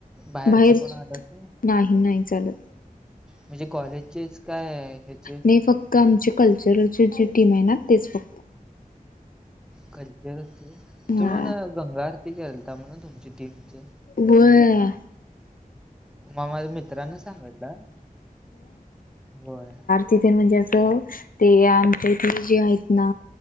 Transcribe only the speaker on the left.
बाहेर
नाही नाही चालत
नाही फक्त आमच्या कल्चरची जी टीम आहे ना तेच फक्त.
ह
होय.
तिथे म्हणजे असं ते आमच्या इथे जे आहेत ना,